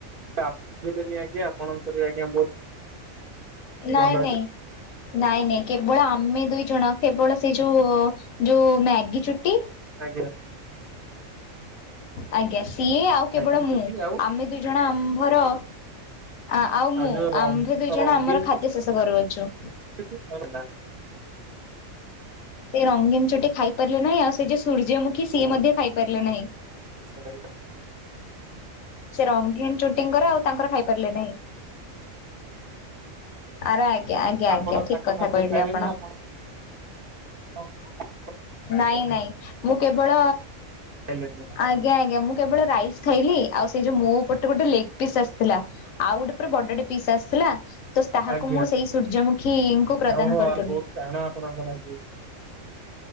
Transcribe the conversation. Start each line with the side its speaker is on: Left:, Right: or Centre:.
Right: ସେ ଆସିଲେନି ଆଜ୍ଞା ଆପଣଙ୍କର ଆଜ୍ଞା ବହୁତ
Left: ନାଇଁ
Right: ଭଲ ହେଇଥିଲା।
Left: ନାଇଁ ନାଇଁ ନାଇଁ କେବଳ ଆମେ ଦୁଇ ଜଣ କେବଳ ସେ
Right: ଆଜ୍ଞା
Left: ଯୋଉ ଯୋଉ ମ୍ୟାଗି ଚୁଟି।
Right: ଆଜ୍ଞା।
Left: ଆଜ୍ଞା ସିଏ ଆଉ କେବଳ
Right: ନାଗି
Left: ମୁଁ
Right: ଚୁଟି ଆଉ
Left: ଆମେ ଦୁଇ ଜଣ ଆମ୍ଭର ଆ ଆଉ ମୁଁ
Right: ଯୋଉ ରଙ୍ଗ
Left: ଆମ୍ଭେ ଦୁଇ ଜଣ
Right: ରଙ୍ଗୀନ
Left: ଆମର ଖାଦ୍ୟ ଶେଷ କରୁଅଛୁ।
Right: <inaudible>
Left: ସେ ରଙ୍ଗୀନ ଚୁଟି ଖାଇ ପାରିଲୁ ନାହିଁ ଆଉ ସେ ଯୋଉ
Right: ଆଜ୍ଞା
Left: ସୂର୍ଯ୍ୟମୁଖୀ ସିଏ ମଧ୍ୟ ଖାଇପାରିଲୁ ନାହିଁ।
Right: ଓଷା କରିବା।
Left: ସେ ରଙ୍ଗୀନ ଚୁଟିଙ୍କର ଆଉ ତାଙ୍କର ଖାଇ ପାରିଲେ ନାହିଁ। ଆରା ଆଜ୍ଞା ଆଜ୍ଞା।
Right: ଆପଣ
Left: ଆଜ୍ଞା ଠିକ
Right: ତାଙ୍କ
Left: କଥା
Right: ଖାଦ୍ୟ
Left: କହିଲେ
Right: ଖାଇଲେଣି
Left: ଆପଣ।
Right: ନା ଆପଣ ଅ
Left: ନାଇଁ ନାଇଁ ମୁଁ କେବଳ
Right: ଖାଇଲେନି
Left: ଆଜ୍ଞା ଆଜ୍ଞା ମୁଁ କେବଳ ରାଇସ୍ ଖାଇଲି ଆଉ ସେଇ ଯୋଉ ମୋ ପଟେ ଗୋଟେ ଲେଗ ପିସ୍ ଆସିଥିଲା ଆଉ ଗୋଟେ ପୁରା ବଡଟେ ପିସ୍ ଆସିଥିଲା। ତ ତାହାକୁ
Right: ଆଜ୍ଞା
Left: ମୁଁ ସେଇ ସୂର୍ଯ୍ୟମୁଖୀଙ୍କୁ ପ୍ରଦାନ
Right: ଓହୋ
Left: କରିଦେଲି।
Right: ଆଜି ବହୁତ କାଣ ଆପଣଙ୍କର ଅଜି।